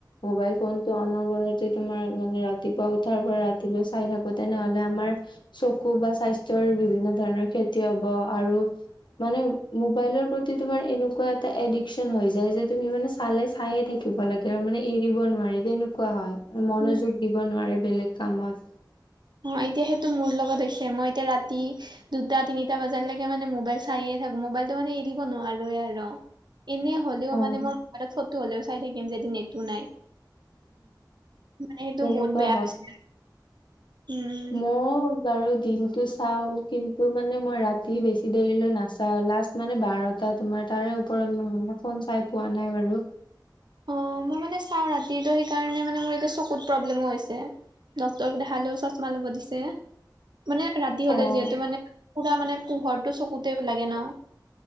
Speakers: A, on the left; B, on the right.
A: মোবাইল ফোনটো অ নবৰতে তোমাৰ মানে ৰাতিপুৱা উঠাৰ পৰা ৰাতিলৈ চাই থাকো তেনেহ'লে আমাৰ চকু বা স্বাস্থ্যৰ বিভিন্ন ধৰণৰ ক্ষতি হ'ব আৰু মানে মোবাইলৰ প্ৰতি তোমাৰ এনেকোৱা এটা এডিশ্চন হৈ যায় যে তুমি মানে চালে চাই থাক কিবা লাগে মানে এৰিব নোৱাৰি তেনেকুৱা হয় মনোযোগ
B: উম,
A: দিব নোৱাৰে বেলেগ কামত
B: অ এতিয়া সেইটো মোৰ লগত হৈছে মই এতিয়া ৰাতি দুটা তিনিটা বজালৈকে মানে মোবাইল চায়েই থাকো মোবাইলটো মানে এৰিব নোৱাৰোৱে আৰু। এনেই হ'লেও
A: উম
B: মানে মই মোবাইলত ফটো হ'লেও চাই থাকিম যেদি নেতটো নাই। মানে সেইটো
A: তেনেকুৱা
B: বহুত বেয়া হৈছে, উম।
A: মই বাৰু দিনতো চাওঁ কিন্তু মানে মই ৰাতি বেছি দেৰিলৈ নাচাওঁ লাষ্ট মানে বাৰটা তোমাৰ তাৰে ওপৰত মই মানে ফোন চাই পোৱা নাই বাৰু।
B: অ মই মানে চাওঁ ৰাতিতো সেইকাৰণে মানে মোৰ এতিয়া চকুত প্ৰব্লেমো হৈছে। ডাক্তৰক দেখালেও চছমা ল'ব দিছে, মানে ৰাতি হ'লে
A: অ'।
B: যিহেতু মানে পুৰা মানে পোহৰটো চকুতে লাগে না।